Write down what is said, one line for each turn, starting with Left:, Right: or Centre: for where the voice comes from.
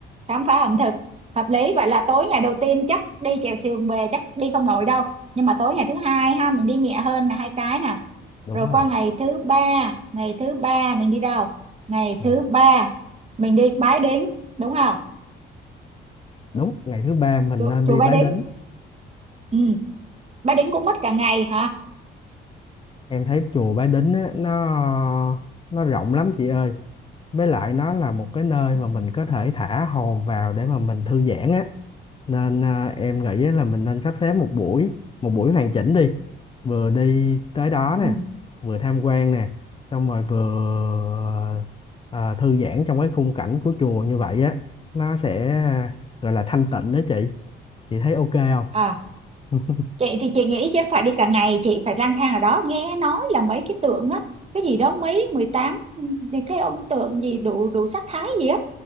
Right: khám phá ẩm thực. Hợp lý, vậy là tối ngày đầu tiên chắc đi chèo sườn về chắc đi không nổi đâu. Nhưng mà tối ngày thứ hai ha, mình đi nhẹ hơn là hai cái nè
Left: đúng
Right: rồi
Left: rồi
Right: qua ngày thứ ba ngày thứ ba mình đi đâu ngày
Left: ngày,
Right: thứ ba mình đi Bái Đính đúng không
Left: đúng ngày thứ ba mình
Right: chùa,
Left: nên
Right: chùa
Left: đi
Right: Bái
Left: Bái
Right: Đính
Left: Đính
Right: ừ Bái Đính cũng mất cả ngày hả
Left: em thấy chùa Bái Đính á, nó nó rộng lắm chị ơi với lại nó là một cái nơi
Right: ừ.
Left: mà mình có thể thả hồn vào để mà mình thư giãn á nên à, em nghĩ á là mình nên sắp xếp một buổi một buổi hoàn chỉnh đi vừa đi tới đó
Right: ừ.
Left: nè vừa tham quan nè xong rồi vừa à, thư giãn trong cái khung cảnh của chùa như vậy á nó sẽ à, gọi là thanh tịnh đó chị chị thấy ok không
Right: à
Left: <laughs>
Right: chị thì chị nghĩ chắc phải đi cả ngày chị phải lang thang ở đó nghe nói là mấy cái tượng á cái gì đó mấy 18 ừ, thì cái ông tượng gì đủ đủ sắc thái gì á